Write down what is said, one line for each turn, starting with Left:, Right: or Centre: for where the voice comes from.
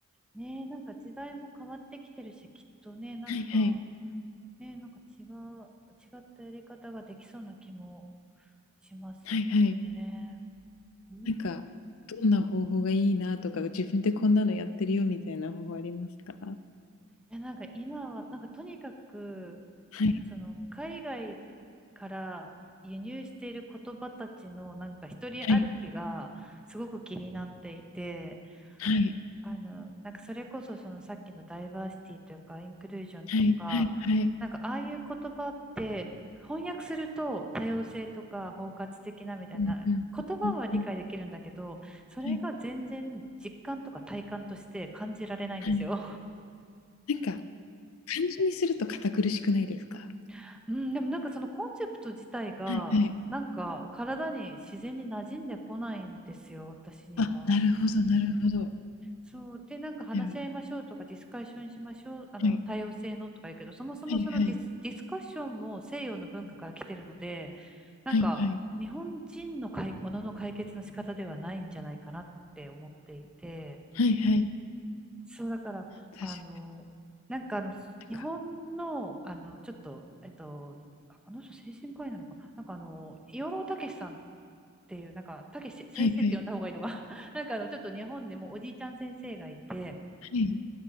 Centre: ねえ、なんか時代も変わってきてるし、きっとね、なんか、
Left: はいはい。
Centre: ねえ、なんか違う、違ったやり方ができそうな気もしますよね。
Left: はいはい。
Centre: うん。
Left: なんか、どんな方法がいいなとか、自分でこんなのやってるよみたいな方法ありますか？
Centre: いや、なんか今は、なんかとにかく、
Left: はい、
Centre: なんかその、海外から輸入している言葉たちの、なんか一人歩きがすごく気になっていて、
Left: はい、はい、
Centre: あの、なんかそれこそそのさっきのダイバーシティというかインクルージョンとか、
Left: はい、はい、はい。
Centre: なんかああいう言葉って翻訳すると多様性とか包括的なみたいな言葉は理解できるんだけど、
Left: うんうんうんうんうん。
Centre: それが全然実感とか体感として感じられないんですよ。
Left: はい、はい。なんか、漢字にすると堅苦しくないですか？
Centre: <laughs> うん、でもなんかそのコンセプト自体がなんか体に自然に馴染んでこないんですよ、
Left: はいはい。
Centre: 私には。
Left: あ、なるほどなるほど。
Centre: そう。で、なんか話し合いましょうとか、
Left: でも
Centre: ディスカッションしましょう、あの、
Left: はい、
Centre: 多様性のとか言うけど、そもそもそのディス、
Left: はいはい、
Centre: ディスカッションも西洋の文化から来てるので、なんか、
Left: はいはい、
Centre: 日本人のかいものの解決の仕方ではないんじゃないかなって思っていて、
Left: はいはい。
Centre: そう、だから、
Left: 確か
Centre: あの、なんかあの、
Left: なんか、
Centre: 日本の、あの、ちょっと、えっと、ああの人精神科医なのかな、なんかあの、養老孟司さんっていう、なんか、孟司先生って呼んだ方がいいのが
Left: はいはい、
Centre: <laughs> なんかあの、ちょっと日本でもおじいちゃん先生がいて、
Left: はい、